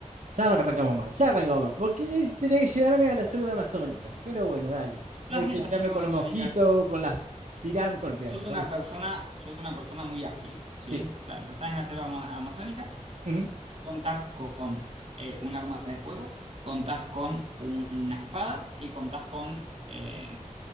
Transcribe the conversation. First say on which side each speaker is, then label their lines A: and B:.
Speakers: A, on the right; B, on the right.
A: ya arrancamos mal, ya arrancamos mal. Porque tenía que llegarme a la selva amazónica. Pero bueno, dale.
B: Estás
A: Hay que
B: en la
A: llegarme
B: selva
A: con
B: amazónica.
A: los mosquitos, con las pirámides, con las pirámides,
B: Sos una
A: con las.
B: persona, sos una persona muy ágil, ¿sí?
A: Sí.
B: Ta- Pero estás en la selva ama- amazónica
A: ujú,
B: Contás con eh, un arma de fuego, contás con una espada y contás con eh,